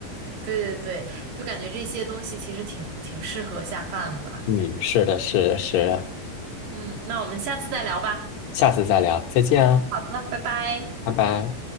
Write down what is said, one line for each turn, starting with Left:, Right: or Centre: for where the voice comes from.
Right: 对对对，就感觉这些东西其实挺挺适合下饭的。
Left: 嗯，是的，是的，是的，
Right: 嗯，那我们下次再聊吧。
Left: 下次再聊，再见啊，
Right: 好的，拜拜。
Left: 拜拜。